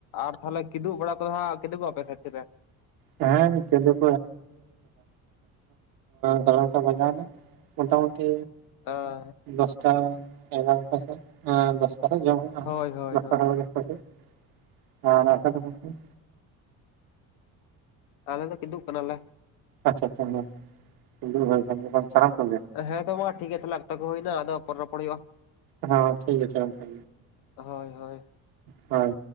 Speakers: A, on the left; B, on the right.
A: ᱟᱨ ᱛᱟᱦᱚᱞᱮ ᱠᱤᱫᱩᱵ ᱵᱟᱲᱟ ᱠᱚᱫᱚ ᱦᱟᱸᱜ ᱠᱤᱫᱩᱵᱚᱜ ᱟᱯᱮ ᱛᱤᱨᱮ
B: ᱦᱮᱸ <unintelligible> ᱥᱟᱲᱮ ᱱᱚᱴᱟ ᱵᱟᱡᱟᱣ ᱱᱟ ᱢᱳᱴᱟᱢᱩᱴᱤ
A: ᱚ
B: ᱫᱚᱥᱴᱟ ᱮᱜᱟᱨᱚᱴᱟ ᱥᱮᱫ, ᱮᱸ ᱫᱚᱥᱴᱟ ᱥᱮᱫ ᱡᱚᱢ ᱦᱩᱭᱩᱜ-ᱟ
A: ᱦᱳᱭ ᱦᱳᱭ
B: ᱫᱚᱥᱴᱟ
A: ᱦᱳᱭ
B: ᱥᱟᱲᱮ ᱫᱚᱥ᱾ ᱢᱟ ᱥᱮᱫ <unintelligible>
A: ᱟᱞᱮ ᱫᱚ ᱠᱤᱫᱩᱵ ᱠᱟᱱᱟᱞᱮ᱾
B: ᱟᱪᱪᱷᱟ ᱟᱪᱪᱷᱟ ᱦᱩᱸ, ᱠᱤᱫᱩᱯ ᱦᱩᱭ ᱠᱟᱱᱜᱮᱭᱟ ᱮᱠᱫᱚᱢ ᱥᱟᱱᱟᱢ ᱠᱚ ᱜᱮ?
A: ᱦᱮᱸ ᱛᱚ ᱢᱟ ᱴᱷᱤᱠ ᱛᱟᱞᱦᱮ ᱚᱠᱛᱚ ᱦᱩᱭᱱᱟ ᱟᱫᱚ ᱯᱚᱨᱮ ᱨᱚᱯᱚᱲ ᱦᱩᱭᱩᱜ-ᱟ᱾
B: ᱦᱚᱸ ᱴᱷᱤᱠ ᱟᱪᱷᱮ ᱜᱚᱝᱠᱮ
A: ᱦᱳᱭ ᱦᱳᱭ
B: ᱦᱳᱭ᱾